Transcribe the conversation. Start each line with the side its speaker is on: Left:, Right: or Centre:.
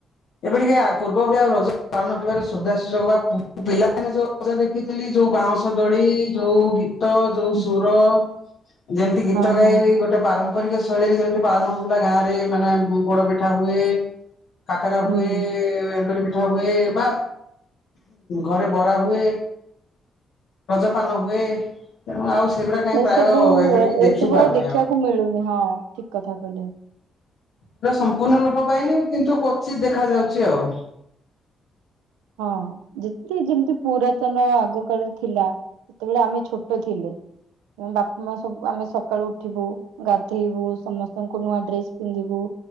Left: ଏବେ ଟିକେ ପୂର୍ବ ଭଳି ଆଉ ରଜ ପାଳନ କରିବାରେ ସୁବିଧା ସୁଯୋଗ ବା ପିଲାମାନେ ଯଉ ଜା ଦେଖିଥିଲି ଯୋଉ ବାଉଁଶ ଦଳି ଯୋଉ ଗୀତ ଯୋଉ
Right: ହୁଁ,
Left: ସୁର ଯେମିତି ଗୀତ
Right: ହଁ
Left: ଗାଇ
Right: ହଁ
Left: ଗୋଟେ ପାରମ୍ପରିକ ଶୈଳୀରେ ଯେମିତି ପାଳନ ହଉଥିଲା ଗାଁ ରେ ମାନେ ପୋଡ଼ ପିଠା ହୁଏ କାକରା
Right: ହୁଁ
Left: ହୁଏ ଏକ ପିଠା ହୁଏ ବା ଘରେ ବରା ହୁଏ। ରଜପାନ ହୁଏ ତେଣୁ ଆଉ ସେଗୁଡା କାହିଁ
Right: ଏଇସବୁ
Left: ପ୍ରାୟ ଏବେ ଟିକେ ଦେଖି
Right: ଏଇସବୁ
Left: ପାରୁନି
Right: ଆଉ ଦେଖିବାକୁ ମିଳୁନି, ହଁ ଠିକ କଥା କହିଲେ ଆଉ।
Left: ଏଟା ସମ୍ପୂର୍ଣ୍ଣ ଲୋପ ପାଇନି କିନ୍ତୁ କୋଚିତ୍ ଦେଖାଯାଉଛି ଆଉ।
Right: ହଁ। ଯେତି ଯେମତି ପୁରାତନ ଆଗ କାଳରେ ଥିଲା ସେତେବେଳେ ଆମେ ଛୋଟ ଥିଲୁ। ତେଣୁ ବାପା ମା ସବୁ ଆମେ ସକାଳୁ ଉଠିବୁ ଗାଧେଇବୁ, ସମସ୍ତଙ୍କୁ ନୂଆ ଡ୍ରେସ ପିନ୍ଧିବୁ